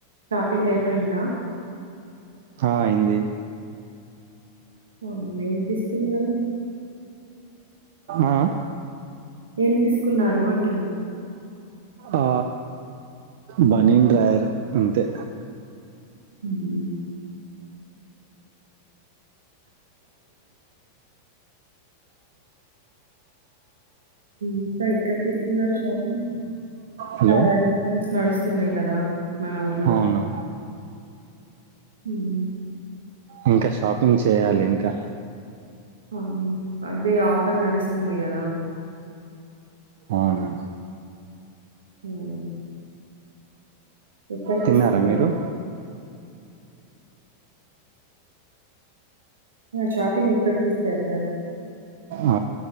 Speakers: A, on the right (about 65°); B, on the right (about 55°).
A: షాపింగ్ అయిపోయిందా
B: హ అయింది
A: హో ఏం తీసుకున్నారు
B: ఆ ఆ
A: ఏం తీసుకున్నారు అంటున్నా
B: ఆ బనీన్ డ్రాయర్ అంతే
A: మ్ ఇంకా ఎక్కడ తీసుకున్నారు షాపింగ్
B: హలో
A: చాలా డిస్కౌంట్స్ నడు స్తున్నాయి కదా మన ఊర్ల
B: అవునా
A: హుమ్
B: ఇంక షాపింగ్ చేయాలి ఇంకా
A: అ అదే ఆఫర్ నడుస్తుంది కదా
B: అవునా
A: హుమ్ ఎక్కడతిస్కుంటారు
B: తిన్నారా మీరు
A: షాపింగ్ ఎక్కడ తిస్తరు సార్
B: ఓ